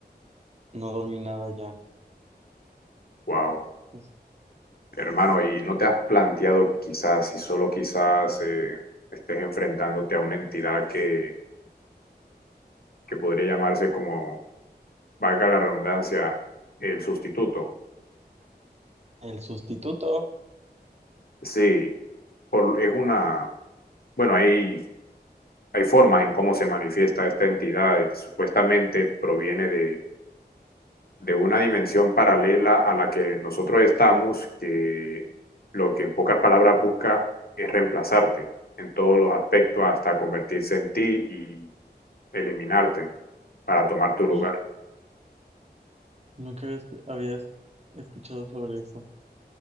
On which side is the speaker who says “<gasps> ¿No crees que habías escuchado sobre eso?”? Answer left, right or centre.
Right